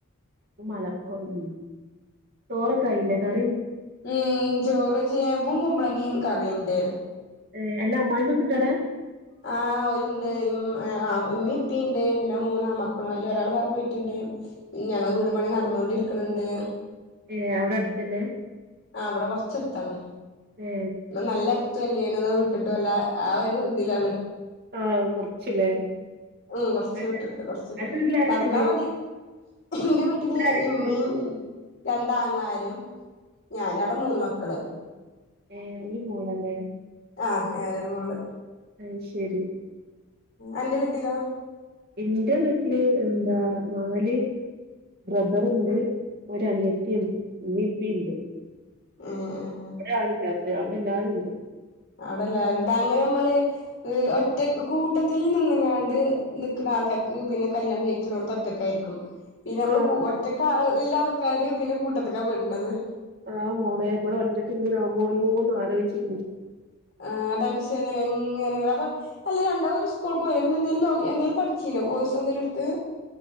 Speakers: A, on the right (about 45°); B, on the left (about 50°).
A: മഴ <unintelligible> ചോറൊക്കായില്ലേ ക
B: മ് ചോറ് ചേമ്പും കുബ്ലങ്ങേം കറിണ്ട്
A: ങേ അല്ല അമ്മായിമ്മെക്കെ ണ്ടൊ അടെ
B: ങാഹ് ഓല്ണ്ട് ഇ ആ ഇമ്മീം ഇപ്പീണ്ട് പിന്നെ മൂന്ന് ആണ്മക്കളാ അയില് ഒരാള് വേറെ പോയിട്ട്ണ്ട് ഞങ്ങളെ വീട് പണി നടന്നോണ്ടിരി ക്ക്ണ് ണ്ട്
A: ഏഹ് അവടെ അട്തെന്നേ
B: ആ ഇവടെ കൊർച്ചട്ത്താണ്.
A: ഏ
B: ന്നാ നല്ലട് ത്തുല്ലേനും ന്നാ വിട്ട്ട്ടു അല്ല ആ ഒരു ഇതിലാണ്.
A: ആ കൊറച്ചില്ലേ
B: ഉം കൊർച്ച്
A: അന്റെ
B: വിട്ട്ട്ട് കൊർച്ച് വിട്ട്ട്ട്
A: അന്റെ വീട്ടിൽ ആരൊക്കെയുണ്ട്
B: നടന്നാ മതി ഇന്റെ വീട്ടിന്ന്
A: ഇവിടെ ആരൊക്കെയുണ്ട്
B: ഇമ്മീം രണ്ടാങ്ങളാരും ഞാനവടെ മൂന്ന് മക്കള്
A: ഏഹ് ഒരു മോളാല്ലേ
B: ആഹ് ഞാനൊരു മോള്
A: അയ്ശെരി
B: അന്റെ വീട്ടിലോ?
A: ഇന്റെ വീട്ടില് എന്താ നാല് ബ്രദറ്ണ്ട് ഒരനിയത്തീം ഇമ്മീം പ്പീണ്ട്
B: ആ ആ
A: കൊറേ ആള്ണ്ടോ? ണ്ട് അവടെല്ലാരുണ്ട്
B: അവടെല്ലാരു അങ്ങനെ ഇമ്മള് <unintelligible> ഒറ്റ് റ്റക് കൂട്ടത്തില് നിന്നങ്ങാണ്ട് നിക്കണ ആൾക്കാർക്ക്‌ പിന്നെ കല്യാണം കഴിക്കുന്നോടത്ത് ഒറ്റക്കായിരിക്കും പിന്നെ നമ്മൾ
A: ആ
B: കു ഒറ്റക്കാ ല്ലാൾക്കാര് പിന്നെ കൂട്ടത്തിക്കാ പെടുന്നത്
A: ആ മോളെ ഇവടെ ഒറ്റക്കിങ്ങനെ ആവുമ്പൊ ഓരോന്ന് അലോ ച്ച്
B: ആ ടെൻഷൻ ഇങ്ങനെ എന്നുമിങ്ങനെ അപ്പൊ അല്ലേ <unintelligible> <unintelligible> പിന്നെന്തേലും നോക്കി എന്തേലും പഠിച്ചു കോഴ്സ് എന്തേലും എടുത്തോ